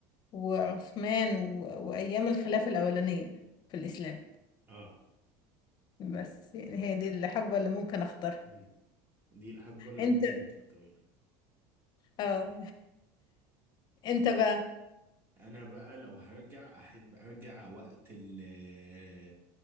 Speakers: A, on the left; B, on the right.
A: وعثمان و... وأيام الخلافة الأولانية في الإسلام
B: اه
A: بس يعني هي دي الحقبة اللي ممكن أختارها
B: مم. دي الحقبة اللي
A: أنت
B: ممكن تختاريها
A: آه أنت بقى
B: انا بقى لو هرجع احب ارجع وقت ال